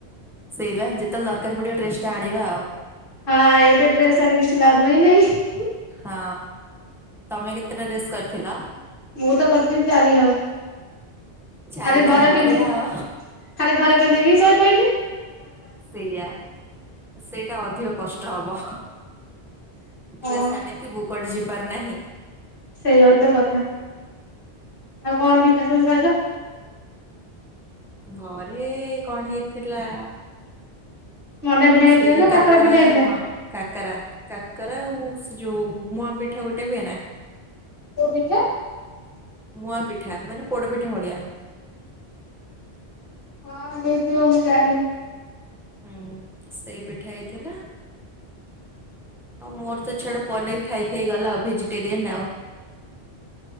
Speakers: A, in the centre; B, on the left (about 55°).
A: ସେଇ ବା ଯେତେବେଳ ଦର ପଡିିବ ଟେଷ୍ଟା ଆଣିବା ଆଉ।
B: ହଁ ଏବେ ଡେସ୍ ଆଣି କିଛି ଲାଭ ହିଁ ନାହିଁ।
A: ହଁ ତମେ କେତେଟା ଡ୍ରେସ କରିଥିଲ?
B: ମୁଁ ତ କରିଥିଲି ଚାରିହଲ।
A: ଚାରିଟା
B: ଖାଲି ଘରେ
A: ବଢିଆ
B: ପିନ୍ଧି
A: ଆଉ
B: ଖାଲି ଘରେ ପିନ୍ଧି ହିଁ ଶୋଇ ପହିଲି।
A: ସେଇୟଆ ସେଇଟା ଅଧିକ କଷ୍ଟ ହବ। ଡ୍ରେସ
B: ଓ
A: ଆଣିଥିବୁ କୁଆଡେ ଯିବାର ନାହିଁ।
B: ସେଇଆଉ ତ କଥା। ଆଉ କଣ ପିଠା ସବୁ ଖାଇଲ?
A: ଘରେ କଣ ହେଇଥିଲା।
B: ମଣ୍ଡା ପିଠା
A: ସେଇ
B: ହେଇଥିଲା ନା
A: କାକରା
B: ପିଠା ହେଇଥିଲା
A: ହଁ କାକରା କାକରା ଆଉ ଯୋଉ ମୁଆଁ ପିଠା ଗୋଟେ ହୁଏ ନା?
B: କୋଉଁ ପିଠା?
A: ମୁଆ ପିଠା ମାନେ ପୋଡପିଠା ଭଳିଆ।
B: ହଁ ହେଇଥିବ ମୁଁ ଜାଣିନି।
A: ହୁଁ ସେଇ ପିଠା ହେଇଥିଲା। ଆଉ ମୋର ତ ଛାଡ ପନିର ଖାଇ ଖାଇଗଲା ଆଉ ଭେଜିଟେରିଆନ ଆଉ।